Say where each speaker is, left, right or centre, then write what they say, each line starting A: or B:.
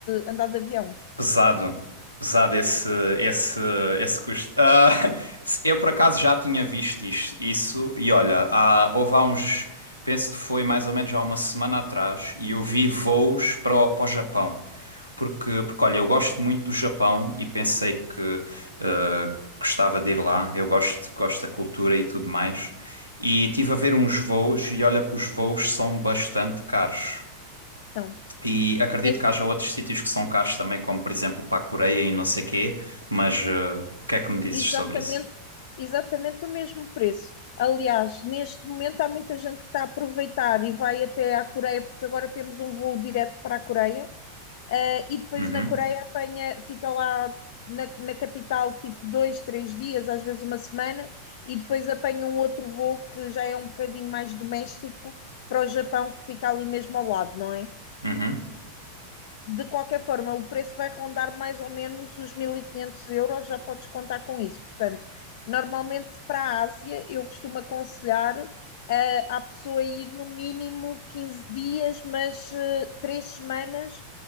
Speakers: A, on the left; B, on the left.
A: andar de avião.
B: Pesado, pesado esse, esse, esse custo. Ah, <laughs> eu por acaso já tinha visto is- isso, e olha, há, houve há uns, penso que foi mais ou menos há uma semana atrás, e eu vi voos para o, para o Japão. Porque, porque olha, eu gosto muito do Japão e pensei que ah, gostava de ir lá, eu gosto, gosto da cultura e tudo mais. E tive a ver uns voos, e olha que os voos são bastante caros.
A: Então,
B: E acredito
A: é assim,
B: que haja outros sítios que são caros também, como por exemplo para a Coreia e não sei quê, mas eh, o que é que me dizes
A: exatamente
B: sobre isso?
A: exatamente o mesmo preço. Aliás, neste momento há muita gente que está a aproveitar e vai até à Coreia, porque agora temos um voo direto para a Coreia, eh, e depois
B: Uhum,
A: na Coreia apanha, fica lá na, na capital tipo dois, três dias, às vezes uma semana, e depois apanha um outro voo que já é um bocadinho mais doméstico para o Japão, que fica ali mesmo ao lado, não é?
B: uhum.
A: De qualquer forma, o preço vai rondar mais ou menos os 1.500 euros, já podes contar com isso. Portanto, normalmente para a Ásia, eu costumo aconselhar eh, à pessoa ir no mínimo 15 dias, mas eh, 3 semanas